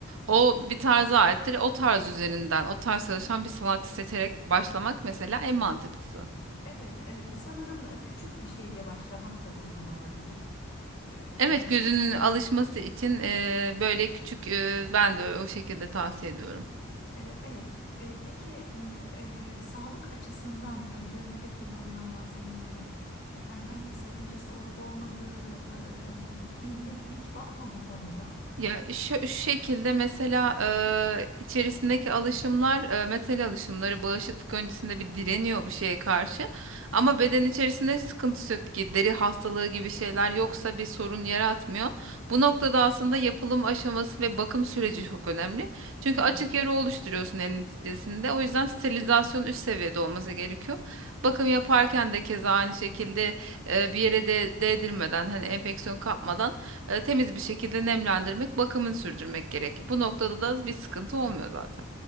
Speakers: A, on the right (about 65°); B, on the left (about 50°).
A: O bir tarza aittir. O tarz üzerinden, o tarz çalışan bir sanatçı seçerek başlamak mesela en mantıklısı.
B: Evet, e, sanırım e, küçük bir şeyle başlamak da uygun olabilir. E,
A: Evet gözünün alışması için eee, böyle küçük eee, ben de o şekilde tavsiye ediyorum.
B: E, Evet. E, Peki m, e, sağlık açısından e, dövmede kullanılan malzemelerin e, herhangi bir sakıncası olup olmadığı e, e, bir netlik var mı bu konuda?
A: Ya şu, şu şekilde mesela eee, içerisindeki alışımlar eee, metal alışımları bağışıklık öncesinde bir direniyor bu şeye karşı.
B: Evet,
A: Ama beden içerisinde sıkıntısı yok ki deri hastalığı gibi şeyler yoksa bir sorun yaratmıyor. Bu
B: evet,
A: noktada aslında yapılım aşaması ve bakım süreci çok önemli. Çünkü
B: değil mi?
A: açık yara oluşturuyorsun en neticesinde. O
B: Evet.
A: yüzden sterilizasyon üst seviyede olması gerekiyor. Bakım yaparken de keza aynı şekilde eee, bir yere de değdirmeden hani enfeksiyon kapmadan e, temiz bir şekilde nemlendirmek, bakımını sürdürmek gerek. Bu noktada da bir sıkıntı olmuyor zaten.